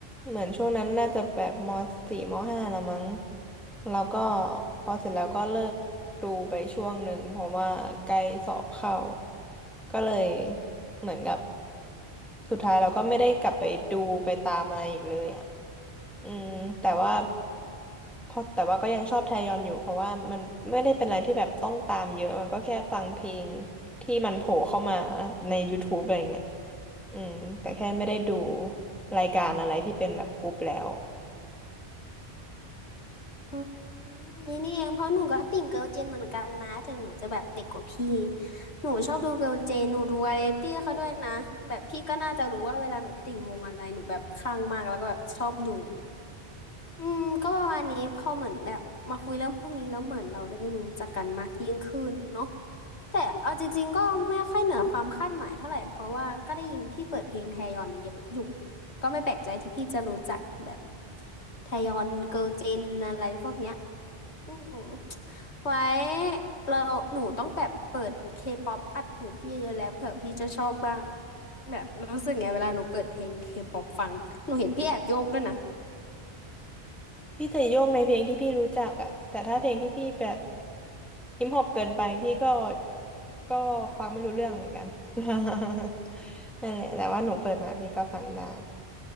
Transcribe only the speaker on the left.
อืมนี่นี่เองเพราะหนูก็ติ่งเกิร์ลเจนเหมือนกันนะถึงหนูจะแบบเด็กกว่าพี่หนูชอบดูเกิร์ลเจนหนูดูวาไรตี้เขาด้วยนะแบบพี่ก็น่าจะรู้ว่าเวลาหนูติ่งวงอะไรหนูแบบขัางมากแล้วก็แบบชอบดู อืมก็ประมาณนี้พอเหมือนแบบมาคุยเรื่องพวกนี้แล้วเหมือนเราได้รู้จักกันมากยิ่งขึ้นเนาะแต่เอาจริงๆก็ไม่ค่อยเหนือความคาดหมายเท่าไหร่เพราะว่าก็ได้ยินพี่เปิดเพลงแทยอนเยอะอยู่ก็ไม่แปลกใจที่พี่จะรู้จักแบบแทยอนเกิร์ลเจนอะไรพวกเนี้ยอืมไว้เราหนูต้องแบบเปิดเคป๊อปอัดหูพี่เยอะๆแล้วเผื่อพี่จะชอบบ้างแบบรู้สึกไงเวลาหนูเปิดเพลงเคป๊อปฟังหนูเห็นพี่แอบโยกด้วยนะ